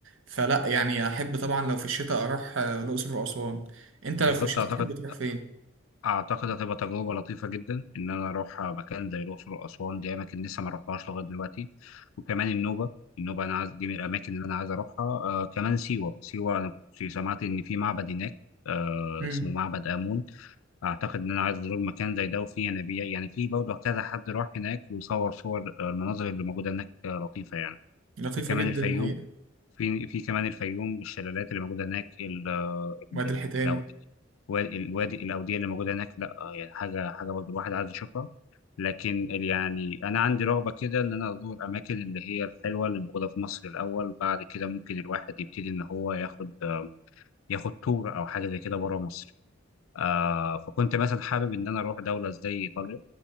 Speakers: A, on the right; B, on the left.
A: فلا يعني احب طبعا لو في الشتاء اروح آه، الاقصر واسوان انت
B: بالظبط
A: لو في الشتاء
B: أعتقد
A: تحب تروح فين؟
B: أعتقد هتبقى تجربة لطيفة جدا إن أنا أروح مكان زي الأقصر وأسوان دي أماكن لسه ما رحتهاش لغاية دلوقتي وكمان النوبة النوبة أنا عايز دي من الأماكن اللي أنا عايز أروحها آه كمان سيوة سيوة أنا كنت سمعت إن في معبد هناك آه
A: مم.
B: اسمه معبد آمون أعتقد إن أنا عايز أزور مكان زي ده وفيه ينابيع يعني في برضه كذا حد راح هناك وصور صور آه، المناظر اللي موجودة هناك آه، لطيفة يعني
A: لطيفة
B: في كمان
A: جدا
B: الفيوم
A: الحقيقة
B: في في كمان الفيوم الشلالات اللي موجوده هناك ال ال-
A: وادي
B: ال-
A: الحيتان
B: الأود- الوادي الوادي الاوديه اللي موجوده هناك لا يعني حاجه حاجه برضه الواحد عايز يشوفها لكن ال- يعني انا عندي رغبه كده ان انا ازور الاماكن اللي هي الحلوه اللي موجوده في مصر الاول بعد كده ممكن الواحد يبتدي ان هو ياخد ياخد تور او حاجه زي كده بره مصر آه فكنت مثلا حابب ان انا اروح دوله زي ايطاليا